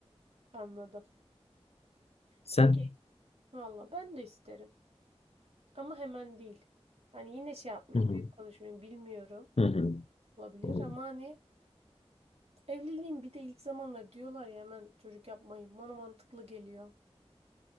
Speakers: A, on the right (about 70°); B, on the left (about 70°).
A: Anladım.
B: Sen?
A: Peki valla ben de isterim. Ama hemen değil. Hani yine şey yapmayayım,
B: Hı hı.
A: büyük konuşmayayım bilmiyorum.
B: Hı hı.
A: Olabilir
B: Hı. hı.
A: ama hani evliliğin bir de ilk zamanlar diyorlar ya hemen çocuk yapmayın. Bana mantıklı geliyor.